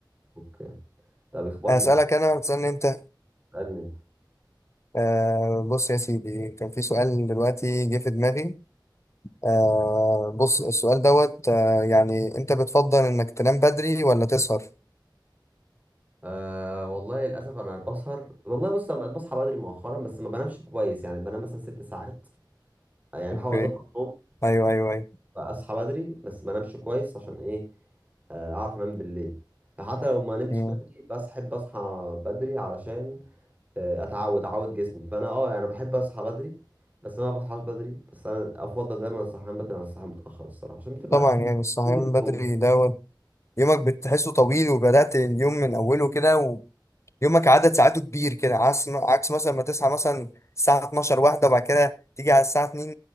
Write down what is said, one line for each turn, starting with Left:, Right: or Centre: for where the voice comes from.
Right: اوكي طب اخبطني
Left: أسألك
Right: بقى
Left: أنا وتسألني أنت
Right: اسالني انت
Left: آه بص يا سيدي كان في سؤال دلوقتي جه في دماغي آه بص السؤال دوت آه يعني أنت بتفضل إنك تنام بدري ولا تسهر؟
Right: أه والله للاسف انا بسهر والله بص انا بقيت بصحى بدري مؤخرا بس ما بنامش كويس يعني بنام مثلا ست ساعات يعني
Left: اوكي
Right: بحاول اظبط النوم
Left: ايوه ايوه ايوه
Right: بقى اصحى بدري بس ما انامش كويس عشان ايه آه، اعرف انام بالليل حتى لو ما نمتش
Left: مم.
Right: بدري بس احب اصحى بدري علشان آه، اتعود اعود جسمي فانا اه يعني بحب اصحى بدري بس انا ما بصحاش بدري بس انا افضل دايما الصحيان بدري عن الصحيان متاخر الصراحه عشان بتبقى
Left: طبعا يعني الصحيان
Right: انجز
Left: بدري
Right: يومك
Left: دوت يومك بتحسه طويل وبدأت اليوم من اوله كده ويومك عدد ساعاته كبير كده عكس عكس مثلا ما تصحى مثلا الساعة 12 واحدة وبعد كده تيجي على الساعة 2